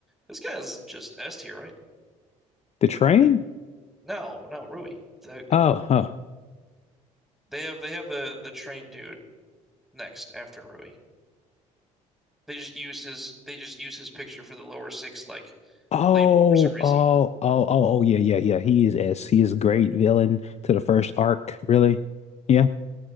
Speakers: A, in the centre; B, on the left.
A: this guy's just S tier, right?
B: The train?
A: No, no, Rui. The
B: Oh, huh.
A: they have they have the the train dude next after Rui. They just use his they just use his picture for the lower six like
B: Oh,
A: label for some reason.
B: oh, oh, oh, oh, yeah, yeah, yeah. He is S. He is a great villain to the first arc, really. Yeah.